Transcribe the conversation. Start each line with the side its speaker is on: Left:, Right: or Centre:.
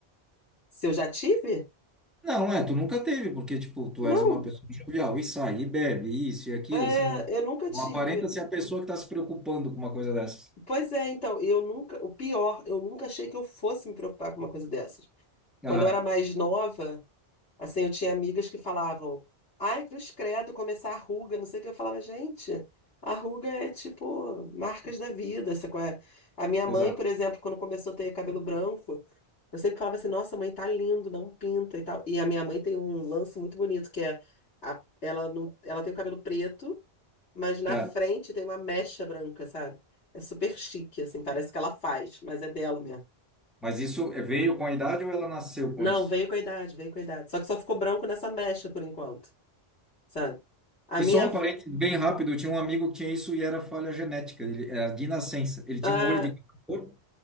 Left: se eu já tive?
Centre: Não, é, tu nunca teve, porque, tipo, tu
Left: Não,
Centre: és uma pessoa jovial e sai, e bebe, e isso e aquilo,
Left: é,
Centre: assim, não,
Left: eu nunca
Centre: não
Left: tive.
Centre: aparenta ser a pessoa que tá se preocupando com uma coisa dessas.
Left: Pois é, então, eu nunca, o pior, eu nunca achei que eu fosse me preocupar com uma coisa dessas.
Centre: Aham,
Left: Quando eu era mais nova, Assim, eu tinha amigas que falavam, ai, cruz credo, começar a ruga, não sei o que. Eu falava, gente, a ruga é tipo marcas da vida, sacou? É? A minha mãe,
Centre: exato,
Left: por exemplo, quando começou a ter cabelo branco, eu sempre falava assim, nossa, mãe, tá lindo, não pinta e tal. E a minha mãe tem um lance muito bonito, que é, a- ela, não, ela tem o cabelo preto, mas na
Centre: certo.
Left: frente tem uma mecha branca, sabe? É super chique, assim, parece que ela faz, mas é dela mesmo.
Centre: Mas isso é- veio com a idade ou ela nasceu com
Left: Não,
Centre: isso?
Left: veio com a idade, veio com a idade. Só que só ficou branco nessa mecha por enquanto. sabe? A
Centre: Que
Left: minha.
Centre: só um parênteses bem rápido, eu tinha um amigo que tinha isso e era falha genética, ele era de nascença. Ele tinha
Left: Ah,
Centre: um olho de cada cor